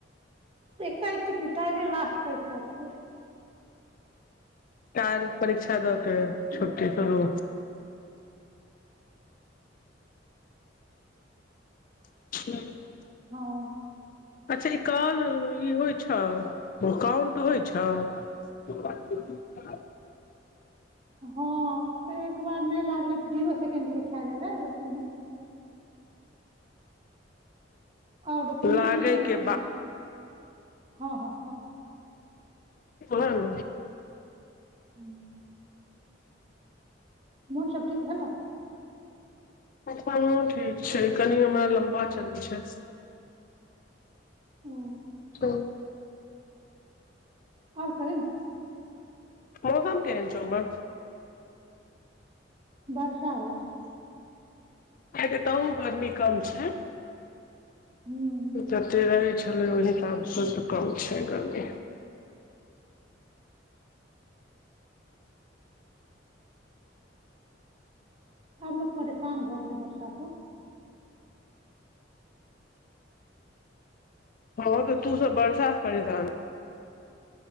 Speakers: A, on the right; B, on the left.
A: एक तारीख से की काल्हिये लास्ट परीक्षा छियै
B: काल्हि परीक्षा दू के छुट्टी शुरू <unintelligible>
A: हँ
B: अच्छा ई कॉल ई होइ छौ ओ काउंट होइ छौ <unintelligible>
A: <inaudible> हँ एक बार नहि लागलै तऽ जीरो सेकेंड लिखा गेलै लेकिन <inaudible> और केने
B: लागे
A: रहियै ने ओकरा
B: के
A: हँ हँ
B: ओहै न
A: ह्म मोन सब ठीक भेलौ
B: हँ ठीक छै कनि हमरा लम्बा चलै छै
A: ओ
B: ठीक
A: और कहीं ने
B: मौसम केहेन छौ ओमहर
A: वर्षा होइ छै
B: आइ तऽ एतहु गरमी कम छै
A: हुं।
B: जते रहै छलै ओहि हिसाबसँ तऽ कम छै गर्मी
A: आब लोक परेशान भए गेलै वर्षा से
B: हँ तऽ तू सब बर्षा से परेशान